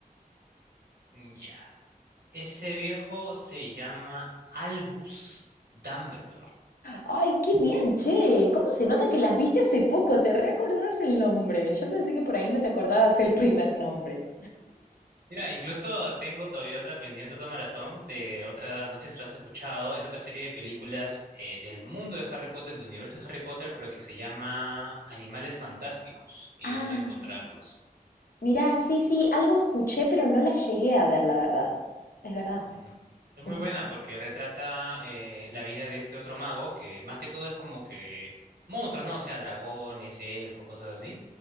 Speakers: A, on the right (about 85°); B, on the left (about 70°).
A: Mm, Ya. Ese viejo se llama Albus Dumbledore.
B: Ay, qué bien, che. ¿Cómo se nota que las viste hace poco? ¿Te reacordás el nombre? Yo pensé que por ahí no te acordabas el primer nombre.
A: Mira, incluso tengo todavía otra pendiente, otra maratón de otra, no sé si la has escuchado, es otra serie de películas eh, del mundo de Harry Potter, del universo de Harry Potter, pero que se llama Animales Fantásticos y
B: Ah,
A: dónde encontrarlos.
B: mirá, sí, sí, algo escuché, pero no la llegué a ver, la verdad. Es verdad.
A: Ujú. Es
B: Ujú,
A: muy buena porque retrata eh, la vida de este otro mago que más que todo es como que monstruos, ¿no? O sea, dragones, elfos, cosas así.